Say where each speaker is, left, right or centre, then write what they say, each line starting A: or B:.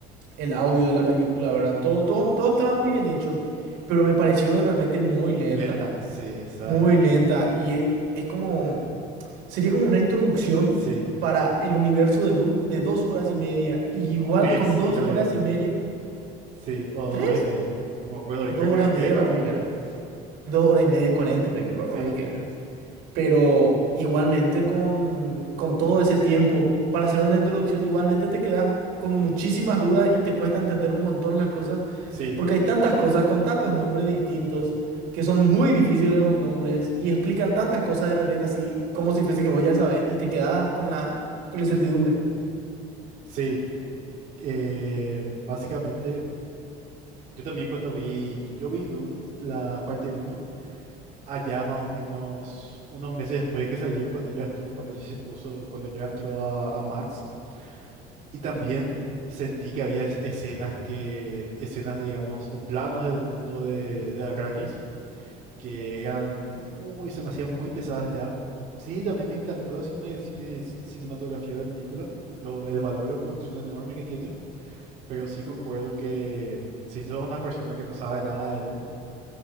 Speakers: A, on the right; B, on the right.
A: el audio de la película, ¿verdad? Todo, todo, todo estaba muy bien hecho, pero me pareció de repente muy lenta,
B: Lenta, sí, exactamente.
A: muy lenta, y es es como... Sería como una introducción
B: Sí,
A: para el universo de Dune de dos horas y media. Y igual
B: tres
A: con dos
B: en realidad.
A: horas y media.
B: Sí, o
A: ¿Tres?
B: dos y media. No me acuerdo bien,
A: Dos
B: creo que
A: horas
B: eran
A: y media
B: tres para
A: para
B: mí
A: mí
B: que.
A: que era. Dos horas y media y cuarenta para mí,
B: Sí,
A: para mí que era. Pero igualmente con, con todo ese tiempo para hacer una introducción, igualmente te quedas con muchísimas dudas y te cuesta entender un montón las cosas,
B: sí,
A: porque hay tantas cosas con tantos nombres distintos que son muy difíciles los nombres y explican tantas cosas de repente así, como si fuese que vos ya sabes, y te quedas con la, con la incertidumbre.
B: sí. Eh, básicamente, yo también cuando vi, yo vi Dune, la parte uno allá más o menos unos meses después de que salió, cuando ya estuvo, cuando ya se puso, cuando ya entró a, a Max. Y también sentí que había es- escenas que, escenas, digamos, o planos del mundo de, de Arrakis que eran muy, se me hacían muy pesadas ya. Sí, también me encantó la cinema- cine- cinematografía de la película, lo- el valor de producción enorme que tiene, pero sí concuerdo que si sos una persona que no sabe nada de Doom,